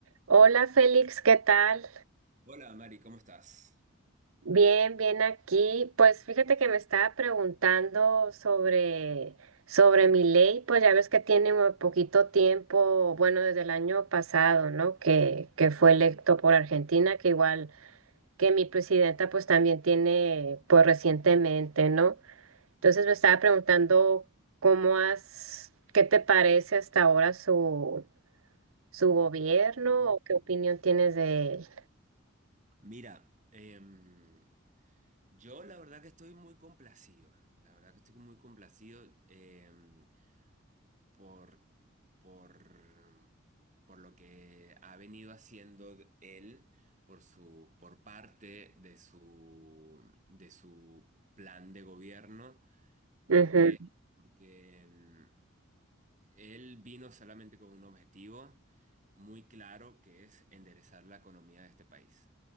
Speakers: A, on the right (about 80°); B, on the right (about 35°).
A: Hola Félix, ¿qué tal?
B: Hola Mari, ¿cómo estás?
A: Bien, bien aquí. Pues fíjate que me estaba preguntando sobre, sobre mi ley, pues ya ves que tiene un poquito tiempo, bueno, desde el año pasado, ¿no? Que, que fue electo por Argentina, que igual que mi presidenta pues también tiene, pues recientemente, ¿no? Entonces me estaba preguntando cómo has, qué te parece hasta ahora su, su gobierno
B: Buen dato.
A: o qué opinión tienes de él.
B: Mira, em, yo la verdad que estoy muy complacido, la verdad que estoy muy complacido em, por, por, por lo que ha venido haciendo de- él por su, por parte de su, de su plan de gobierno. ¿Por
A: Ujú,
B: qué? Porque em, él vino solamente con un objetivo muy claro que es enderezar la economía de este país.